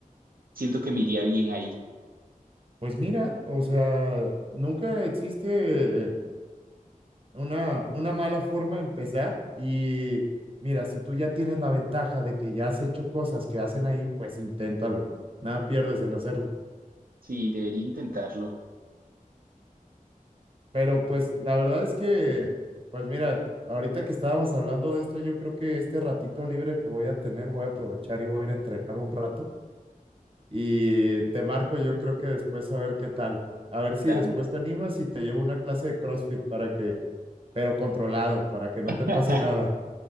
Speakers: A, on the right; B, on the right.
A: siento que me iría bien ahí.
B: pues mira, o sea, nunca existe una, una mala forma de empezar y mira, si tú ya tienes la ventaja de que ya has hecho cosas que hacen ahí, pues inténtalo, nada pierdes en hacerlo.
A: Sí, debería intentarlo.
B: Pero pues la verdad es que, pues mira, ahorita que estábamos hablando de esto, yo creo que este ratito libre que voy a tener, voy a aprovechar y voy a ir a entrenar un rato. Y te marco, yo creo que después a ver qué tal. A ver si
A: Dale.
B: después te animas y te llevo una clase de CrossFit para que, pero controlado, para que no
A: <laughs>
B: te pase nada.